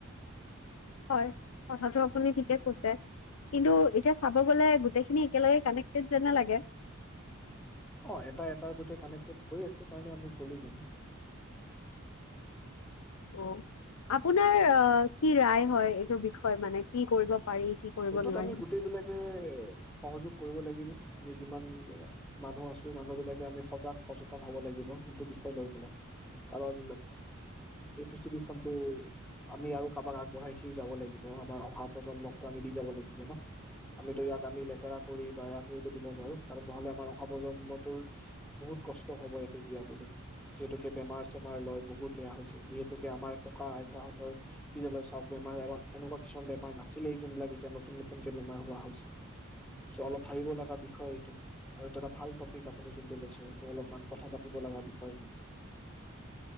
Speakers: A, on the left; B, in the centre.
A: হয় কথাটোটো আপুনি ঠিকে কৈছে, কিন্তু এতিয়া চাব গ'লে গোটেইখিনি একেলগে কানেক্টটেড যেনেই লাগে।
B: অ এটা এটাৰ প্ৰতি কানেকটেড হৈ আছে কাৰণে আমি ক'লো মানে।
A: অ আপোনাৰ কি ৰায় হয় এইটো বিষয়ে মানে কি কৰিব পাৰি কি কৰিব
B: এইটোত
A: নোৱাৰি
B: আমি গোটেই বিলাকে সহযোগ কৰিব লাগিব আমি যিমান মানুহ আছো, মানুহ বিলাকে আমি সজাগ-সচেতন হব লাগিব এইটো বিষয় লৈ পেলায় । কাৰণ এই পৃথিৱীখনটো আমি আৰু কাবাক আগবঢ়াই থৈ যাব লাগিব আমাৰ অহা প্ৰজন্মক। আমি দি যাব লাগিব ন। আমিতো ইয়াক লেতেৰা কৰি বা বেয়া কৰিতো দিব নোৱাৰো, কাৰণ আমাৰ অহা প্ৰজন্মটোৰ বহুত কষ্ট হব ইয়াতে জীয়াবলৈ। যিহেতুকে বেমাৰ চেমাৰ লৈ বহুত বেয়া হৈছে, যিহেতুকে আমাৰ ককা আইতাহঁতৰ দিনলৈ চাওক, বেমাৰ এনেকুৱা কিছুমান বেমাৰ নাছিল। যোনবিলাক এতিয়া নতুন নতুনকে বেমাৰ হোৱা হৈছে, চ' অলপ ভাবিব লগা বিষয় এইটো আৰু এইটো এটা ভাল টপিক আপুনি যোনটো লৈছে, এইটো অলপমান কথা পাতিব লগা বিষয় হয়।